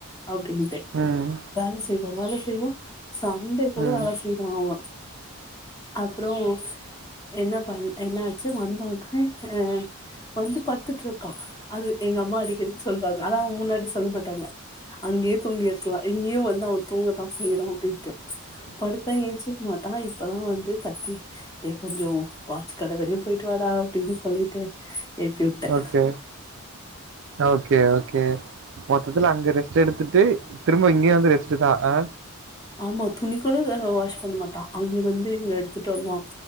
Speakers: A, on the left; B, on the right.
A: அப்டின்ட்டு
B: ம்.
A: வேல செய் ரொம்ப நாளு செய்வோ சண்டே கூட
B: ம்.
A: வேல செய்வா அவ அப்றோ என்ன பண் என்னாச்சு வந்தோனே, அ வந்து படுத்துட்டு இருக்கா அது எங்க அம்மா அடிக்கடி சொல்வாங்க ஆனா மூன்னாட்டி சொல்லமாட்டாங்க அங்கேயே தூங்கிருக்கலா இங்கையு வந்து அவ தூங்கதா செய்றா அப்டின்ட்டு படுத்தா ஏஞ்சிக்க மாட் ப்பதா வந்து கத்தி டே கொஞ்சோ வாச்சு கட வரியு போய்ட்டு வாடா அப்டின் சொல்லிட்டு எழுப்பி விட்டே
B: ஓகே ஓகே ஓகே மொத்தத்துல அங்க ரெஸ்ட் எடுத்துட்டு திரும்ப இங்கயு வந்து ரெஸ்டுதா அ
A: ஆமா துணி கூட அங்க வாஷ் பண்ண மாட்டா அங்கந்து இங்க எடுத்துட்டு வருவான்